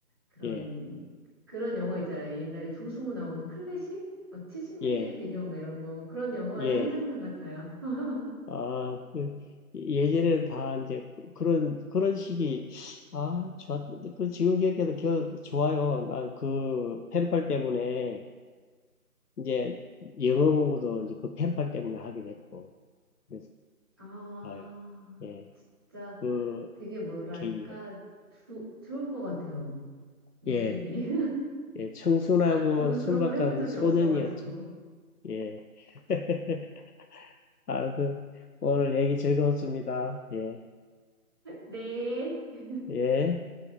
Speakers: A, on the right; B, on the left.
A: 그런
B: 예,
A: 그런 영화 있잖아요. 옛날에 조승우 나오는 클래식 막 70년대
B: 예,
A: 배경 막 이런 거 그런 영화의
B: 예.
A: 한 장면 같아요. <laughs>
B: 아, 그, 예전에는 다 이제 그런, 그런 식이, 아, 좋았, 그 지금 기억해도 겨, 좋아요. 난 그 펜팔 때문에 이제 영어 공부도 이제 그 펜팔 때문에 하게 됐고, 그래서,
A: 아,
B: 아유, 예,
A: 진짜
B: 그
A: 되게 뭐랄까
B: 계기가,
A: 조, 좋을 것 같아요. 느낌이.
B: 예, 예, 청순하고
A: <laughs> 저는
B: 순박한
A: 그런 걸 해본 적이
B: 소년이었죠.
A: 없어가지고.
B: 예. <laughs> 아무튼, 오늘 얘기 즐거웠습니다. 예,
A: 네.
B: 예.